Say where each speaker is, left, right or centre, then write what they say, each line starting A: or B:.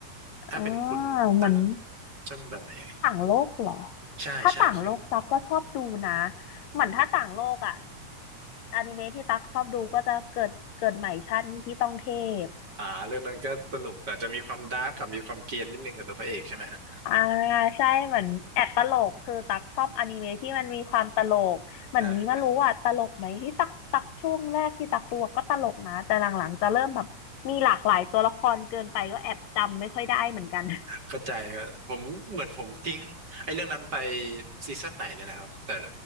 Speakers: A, on the right; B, on the left.
A: ถ้าเป็นคุณตั๊ก
B: อ่าเหมือน
A: ชอบเป็นแบบไหนเอ่ย
B: ต่างโลกเหรอ
A: ใช่ใช่เคย
B: ถ้าต่างโลกตักก็ชอบดูนะเหมือนถ้าต่างโลกอ่ะอนิเมะที่ตักชอบดูก็จะเกิดเกิดใหม่ชาตินี้พี่ต้องเทพ
A: อ่าเรื่องนั้นก็สนุกแต่จะมีความดาร์กกับมีความเกรียนนิดนึงกับตัวพระเอกใช่ไหมฮะ
B: อ่าใช่เหมือนแอบตลกคือตักชอบอนิเมะที่มันมีความตลกเหมือนนี้มารู้ว่าตลกไหมที่ตักตักช่วงแรกที่ตักตัวก็ตลกนะแต่หลังๆจะเริ่มแบบมีหลากหลายตัวละครเกินไปก็แอบจำไม่ค่อยได้เหมือนกัน
A: ใช่ใช่เข้าใจครับผมเหมือนผมทิ้งไอ้เรื่องนั้นไปซีซั่นไหนเนี่ยนะครับแต่